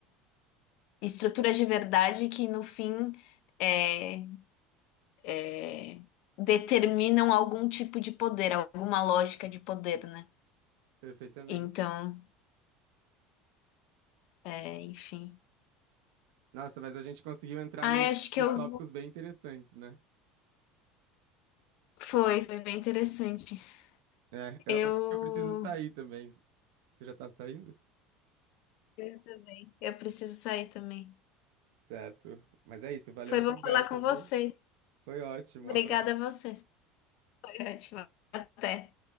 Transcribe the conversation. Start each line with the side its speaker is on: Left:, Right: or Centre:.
Left: estruturas de verdade que no fim é, é, determinam algum tipo de poder, alguma lógica de poder, né?
Right: Perfeitamente.
Left: Então, é, enfim.
Right: Nossa, mas a gente conseguiu entrar
Left: Ai,
Right: nos,
Left: acho que
Right: nos
Left: eu...
Right: tópicos bem interessantes, né?
Left: Foi, foi bem interessante.
Right: É, eu,
Left: Eu...
Right: eu acho que eu preciso sair também. Você já tá saindo?
Left: Eu também. Eu preciso sair também.
Right: Certo. Mas é isso, valeu
Left: Foi
Right: a
Left: bom
Right: conversa,
Left: falar com
Right: viu?
Left: você.
Right: Foi ótimo,
Left: Obrigada
Right: um abraço.
Left: a você. Foi ótimo. Até.